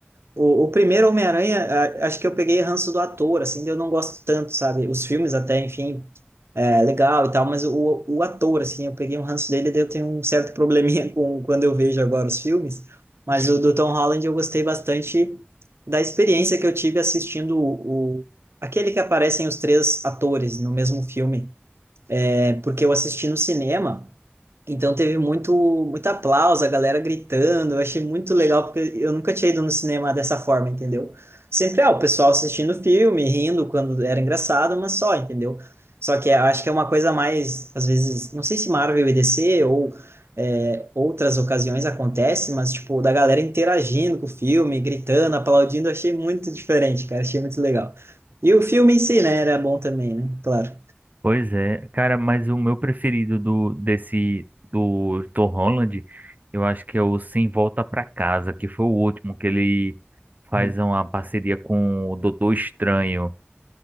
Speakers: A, on the right; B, on the right.
A: O, o primeiro Homem-Aranha, a- acho que eu peguei ranço do ator, assim, eu não gosto tanto, sabe? Os filmes até, enfim, é legal e tal, mas o, o ator, assim, eu peguei um ranço dele, daí eu tenho um certo probleminha <laughs> com quando eu vejo agora os filmes, mas o do Tom Holland eu gostei bastante da experiência que eu tive assistindo o, o aquele que aparecem os três atores no mesmo filme, é, porque eu assisti no cinema então teve muito, muito aplauso, a galera gritando. Eu achei muito legal, porque eu nunca tinha ido no cinema dessa forma, entendeu? Sempre, é o pessoal assistindo filme, rindo quando era engraçado, mas só, entendeu? Só que eu acho que é uma coisa mais, às vezes, não sei se Marvel e DC ou é, outras ocasiões acontece, mas, tipo, da galera interagindo com o filme, gritando, aplaudindo, eu achei muito diferente, cara, achei muito legal. E o filme em si, né, era bom também, né? Claro.
B: Pois é, cara, mas o meu preferido do desse do Tom Holland, eu acho que é o Sem Volta Pra Casa, que foi o último que ele faz
A: Hum.
B: uma parceria com o Doutor Estranho.